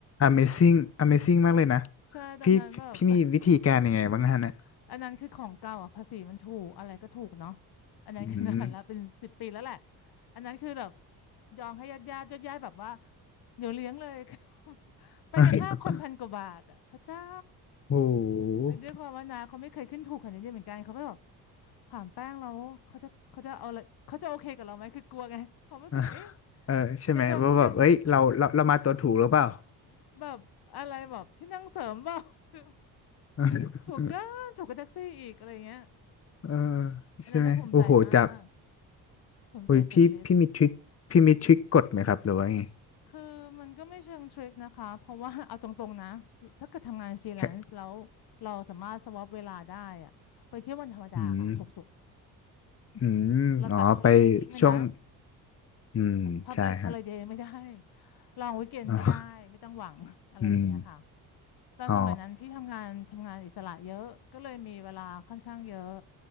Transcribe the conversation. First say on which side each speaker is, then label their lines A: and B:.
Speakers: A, on the left (about 35°); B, on the left (about 60°).
A: Amazing Amazing มากเลยนะ
B: ใช่ตอนนั้นแบบ
A: พี่พี่มีวิธีการยังไงบ้างฮะเนี่ย
B: <laughs> อันนั้นคือของเก่าอ่ะภาษีมันถูกอะไรก็ถูกเนาะอันนั้นคือนานแล้วเป็นสิบปีแล้วแหละ
A: อืม
B: อันนั้นคือแบบยองให้ญาติญาติญาติญาติแบบว่าเดี๋ยวเลี้ยงเลย <laughs> ไปกันห้าคนพันกว่าบาทอ่ะพระเจ้า
A: <laughs> โอ้โห
B: ด้วยความว่านาเขาไม่เคยขึ้นถูกขนาดนี้เหมือนกันเขาก็แบบขามแป้งแล้วเขาจะเขาจะเอาอะไรเขาจะโอเคกับเราไหมคือกลัวไงเขารู้สึกเอ๊ะ
A: อ่ะเออใช่ไหมว่าแบบเอ้ยเราเราเรามาตัวถูกหรือเปล่า
B: จะโดนพี่นั่งแบบอะไรแบบที่นั่งเสริมเปล่า <laughs>
A: <laughs>
B: ถูกกันถูกกับแท็กซี่อีกอะไรเงี้ย
A: เออ
B: อันนั้นน่ะภูมิใจมาก
A: ใช่ไหมโอ้โหจาก
B: ภูมิใจสุดฤทธิ์
A: โอ้ยพี่พี่มีทริคพี่มีทริคกดไหมครับหรือว่าไง
B: คือมันก็ไม่เชิงทริคนะคะเพราะว่า <laughs> เอาตรงๆนะถ้าเกิดทำงานฟรีแลนซ์แล้ว
A: แค่
B: เราสามารถสวอปเวลาได้อะไปเที่ยววันธรรมดาค่ะถูกสุด
A: อืมอืมอ๋อไป
B: เราตัดฮอลิเดย์ทิ้งไปนะ
A: ช่วงอืมใช่ฮะ
B: พับลิกฮอลิเดย์ไม่ได้ลองวีคเอนไม่ได้ไม่ต้องหวัง
A: อ๋อ
B: <laughs> อะไรอย่างเงี้ยค่ะ
A: อืม
B: ตอนสมัยนั้นพี่ทำงานทำงานอิสระเยอะก็เลยมีเวลาค่อนข้างเยอะ
A: อ๋อ